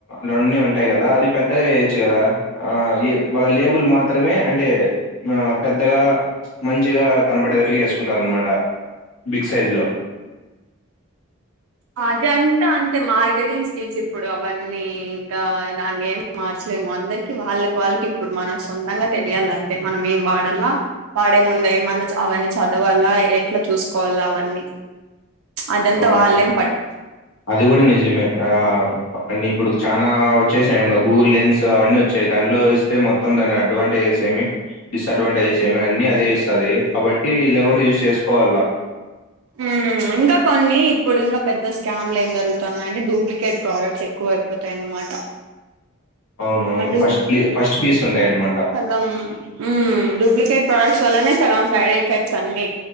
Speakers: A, on the left; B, on the right.
A: రన్ని ఉంటాయ్ గదా అది పెద్దగా జేయొచ్చు గదా ఆ యో మళ్ళ లేబుల్ మాత్రమే అంటే ఆ పెద్దగా మంచిగా కనపడేటట్టు చేసుకుంటారన్నమాట బిగ్ సైజ్ లో
B: ఆ అదంతా అంతే మార్కెటింగ్ స్కిల్స్ ఇప్పుడు అవన్నీ ఇంకా దాన్ని ఏం మార్చలేము అందరికి వాళ్ళకి వాళ్ళకి ఇప్పుడు మనం సొంతంగా తెలియాలి అంతే మనం ఏం వాడాల్ల వాడే ముందే మన అవన్నీ చదవాలా ఎట్లా చూసుకోవాల అవన్నీ అదంతా
A: అవును
B: వాళ్ళెం
A: అది గూడా నిజమే ఆ అవన్నీ ఇప్పుడు చానా వచ్చేసాయంట గూగుల్ లెన్స్ అవన్నీ వచ్చాయి దాంట్లో ఇస్తే మొత్తం దాని అడ్వాంటేజెస్ ఏమి డిస్ అడ్వాంటేజెస్ ఏమి అన్నీ అదే ఇస్తది కాబట్టి ఇలా గూడా యూజ్ చేసుకోవాలా
B: ఉమ్ ఇంకా కొన్ని ఇప్పుడు ఇంకా పెద్ద స్కామ్ లు ఏం జరుగుతున్నాయి అంటే డూప్లికేట్ ప్రొడక్ట్స్ ఎక్కువ ఐపోతాయి అన్నమాట
A: అవునవును
B: ఆ
A: ఫస్ట్ ప ఫస్ట్ పీస్ ఉంటాయి అన్నమాట
B: గం ఉమ్ డూప్లికేట్ ప్రొడక్ట్స్ వల్లనే సగం సైడ్ ఎఫెక్ట్స్ అన్ని